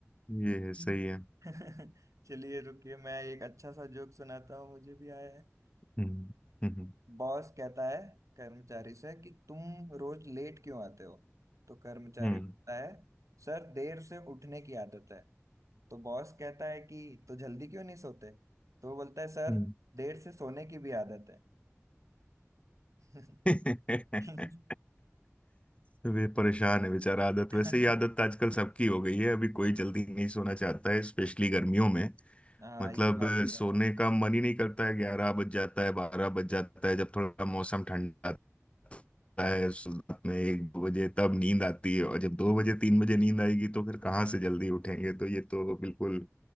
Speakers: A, on the left (about 25°); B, on the right (about 85°).
A: ये है
B: <laughs>
A: सही है
B: चलिए रुकिए मैं एक अच्छा सा जोक सुनाता हूँ मुझे भी आया है
A: हम्म हम्म
B: बॉस कहता है कर्मचारी से कि तुम रोज लेट क्यों आते हो तो कर्मचारी
A: हम्म
B: बोलता है सर देर से उठने की आदत है तो बॉस कहता है कि तो जल्दी क्यों नहीं सोते तो वो बोलता है सर
A: हम्म
B: देर से सोने की भी आदत है
A: <laughs>
B: <laughs> <laughs>
A: वे परेशान है बेचारा आदत
B: हाँ
A: वैसे ही आदत आजकल सबकी हो गई है अभी कोई जल्दी नहीं सोना चाहता है स्पेशली गर्मियों में
B: ये
A: मतलब
B: बात
A: अ, सोने
B: तो है
A: का मन ही नहीं करता है ग्यारह बज जाता है बारह बज जाता है जब थोड़ा मौसम ठंडा आता है सु- रात में एक दो बजे तब नींद आती है और जब दो बजे तीन बजे नींद आएगी तो फिर कहाँ से जल्दी उठेंगे तो ये तो बिल्कुल